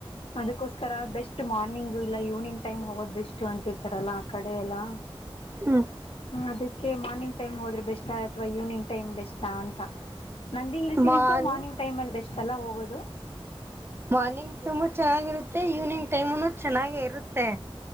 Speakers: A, on the left (about 70°); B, on the right (about 25°).
A: ಅದಕ್ಕೋಸ್ಕರ ಬೆಸ್ಟ್ ಮಾರ್ನಿಂಗ್ ಇಲ್ಲ ಈವ್ನಿಂಗ್ ಟೈಮ್ ಹೋಗೋ್ ಬೆಸ್ಟ್ ಅಂತಿರ್ತಾರಲ್ಲ ಆ ಕಡೆ ಎಲ್ಲಾ <inaudible>
B: ಹ್ಮ್
A: ಹ ಅದಕ್ಕೆ ಮಾರ್ನಿಂಗ್ ಟೈಮ್ ಹೋದ್ರೆ ಬೆಸ್ ಅಥವಾ ಈವ್ನಿಂಗ್ ಟೈಮ್ ಬೆಸ್ಾ ಅಂತ ನಂದಿ ಹಳ್ಸಗಂತೂ
B: ಮಾನ್
A: ಮಾರ್ನಿಂಗ್ ಟೈಮ್ ಅಲ್ಲಿ ಬೆಸ್ಟ್ ಅಲ್ಲ ಹೋಗೋದು
B: ಮಾರ್ನಿಂಗ್ ತುಂಬಾ ಚೆನ್ನಾಗಿರುತ್ತೆ ಈವ್ನಿಂಗ್ ಟೈಮುನು ಚೆನ್ನಾಗ ಇರುತ್ತೆ